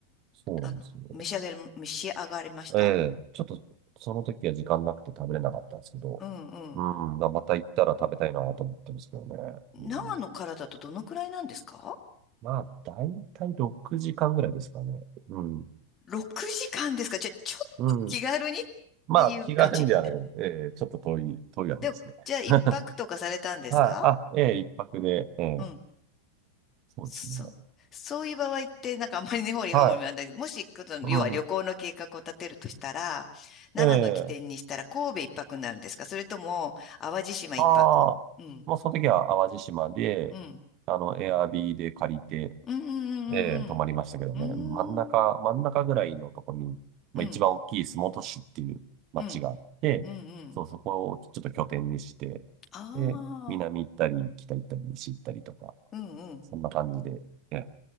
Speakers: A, on the right; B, on the left.
A: そうなんですよ。
B: あの、召し上がり、召し上がりました
A: ええ、ちょっとその時は時間なくて食べれなかったんですけど、
B: うんうん。
A: うん。まあまた行ったら食べたいなと思ってますけどね。
B: 長野からだとどのくらいなんですか
A: うんまあ、だいたい6時間ぐらいですかね。うん。
B: ?6 時間ですかじゃあ、ちょっと気軽にっ
A: うん。まあ、
B: ていう感じ
A: 気軽にではなく、えーちょっと遠い、遠いわけですね。
B: でも、じゃあ、一泊とかされたんですか
A: <laughs> はい。あ、ええ一泊で、ええ
B: うん。
A: そうですね。
B: そう。そういう場合って、なんかあんまり根掘り葉掘りなんだけど、
A: はい。
B: もし、この要は旅行の計画を立てるとしたら、
A: うん。
B: 長野起点にしたら神戸一泊になるんですかそれとも、
A: ええ
B: 淡路島一泊。
A: ああー、
B: うん。
A: もうその時は淡路島で、
B: うん。
A: あの、エアビーで借りて、
B: うんうんうん
A: ええ、泊まりましたけどね。
B: うんうん。
A: 真ん中、
B: うーん。
A: 真ん中ぐらいのとこに、まあ、
B: うん。
A: 一番大きい洲本市っていう町があって、
B: うん。うんうん。
A: そう、そこをちょっと拠点にして、
B: ああ。
A: で、南行ったり、北行ったり、西行ったりとか、
B: うんうん。
A: そんな感じで、え